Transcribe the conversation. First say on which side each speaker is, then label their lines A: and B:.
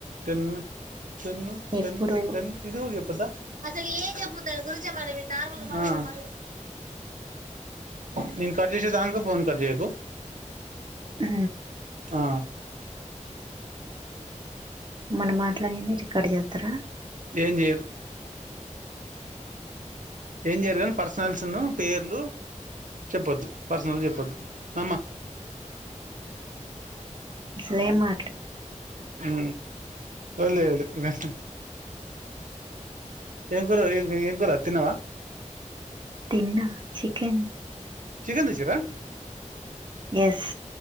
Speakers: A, on the right (about 80°); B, on the right (about 35°).
A: తెన్న తెన్న
B: ఎప్పుడు
A: టన్న టన్ ఇది గురుప్పదా <unintelligible> <unintelligible> హ్మ్ కట్ చేసే దానికే ఫొన్ కట్ చేయకు
B: ఆ
A: ఆ
B: మనం మాట్లాడింది క్కడ జత్ర
A: ఏం చేయరు ఏం చేయరు కానీ పర్సనల్స్ను పేర్లు చెప్పొద్దు పర్సనల్ చెప్పొద్దు సమ్
B: స్లేమా
A: ఉ ఒళ్ళే వెదు ఆ ఎంకరుం ఎంకరు అ త్తినవా
B: తిన్నా చికెన్
A: చికెన్ చేసిన్ర
B: ఎస్